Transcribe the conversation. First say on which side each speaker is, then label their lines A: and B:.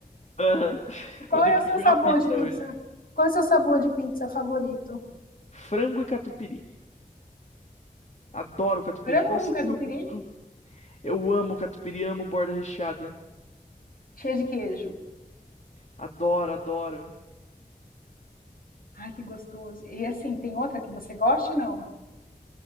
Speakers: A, on the left; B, on the left.
A: Aham.
B: E qual
A: Vou ter
B: é
A: que
B: o seu
A: pedir
B: sabor
A: uma pizza
B: de pizza?
A: hoje.
B: Qual é o seu sabor de pizza favorito?
A: Frango e catupiry. Adoro catupiry.
B: Frango
A: Nossa,
B: com
A: como
B: catupiry?
A: eu, eu amo catupiry, amo borda recheada.
B: Cheio de queijo.
A: Adoro, adoro.
B: Ai, que gostoso. E assim, tem outra que você goste, não?